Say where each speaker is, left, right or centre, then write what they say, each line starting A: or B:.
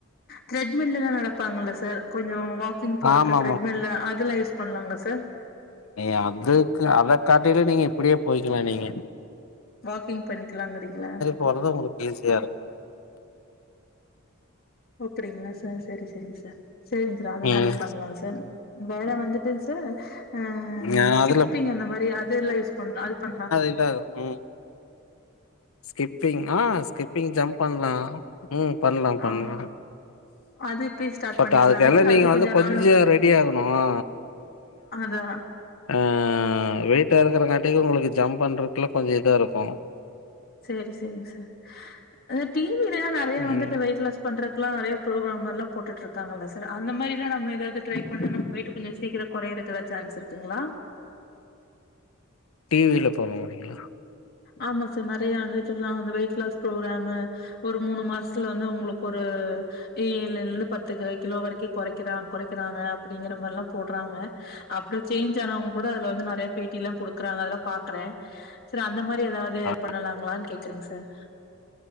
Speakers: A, on the left; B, on the left.
A: த்ரெட்மில்லல நடப்பாங்க இல்ல சார் கொஞ்ச வாக் கிங் போறதுக்
B: ஆமா
A: ரெட்மில்ல அதுலா யூஸ் பண்ணலாங்ளா சார்
B: எங் அதுக்கு அத காட்டிலு நீங்க இப்டியே போயிக்கிலா நீங்க
A: வாக்கிங் பண்ணிக்கலாங்கிறீங்களா
B: போறத உங்களுக்கு ஈஸியா இருக்கு
A: அப்படிங்களா சார் சரி சரிங் சார் செரிங்க சார் அத
B: ம்
A: மாரியே பண்லாங் சார் வேற வந்துட்டுங் சார் அ
B: நா
A: ஸ்கிப்பிங்
B: அதுல
A: அந்த மாரி அது எல்லா யூஸ் பண்லா அது பண்லாம்
B: இல்ல அத் ம் ஸ்கிப்பிங் ஆ ஸ்கிப்பிங் ஜம்ப் பண்லா ம் பண்லா பண்லா
A: ஆ அது இப்பயே ஸ்டார்ட்
B: பட்
A: பண்ணிக்கலாங்களா
B: அதுக்கெல்லா
A: இல்ல
B: நீங்க
A: அது
B: வந்து கொஞ்ச
A: நாள்
B: ரெடி ஆகணு அ
A: அதா
B: ஆ வெயிட்டா இருக்கறங்காட்டிலு உங்களுக்கு ஜம்ப் பண்றக்குல கொஞ்ச இதா இருக்கு
A: சரி சரிங்க சார் அந்த டி வி லலா நெறைய வந்துட்டு
B: ம்
A: வெயிட் லாஸ் பண்றக்கலா நெறைய புரோகிராமெல்லா போட்டுட் இருக்காங்கள்ள சார் அந்த மாரில நம்ம ஏதாவது ட்ரை பண்ணோம் வெயிட் கொஞ்ச சீக்கிர கொறையிறக்கு எத சான்ஸ் இருக்குங்ளா
B: டி வி ல பண்ண முடியுங்ளா
A: ஆமா சார் நெறைய வந்துட்டுலா வெயிட் லாஸ் ப்ரோக்ராமு ஒரு மூணு மாசத்துல வந்து உங்களுக்கு ஒரு ஏழ்ந்து பத்துகி கிலோ வரைக்கு கொறைக்கிறா கொறைக்கிறாங்க அப்டிங்கிற மார்ல்லா போட்றாங்க அப்புற சேஞ்ச் ஆனவங்க கூட அது வந்து நறைய பேட்டிலா குடுக்குறாங்க அதெலா பாக்றே சார் அந்த மாரி ஏதாவது
B: ஆ
A: பண்ணலாங்ளான் கேக்கறேங் சார்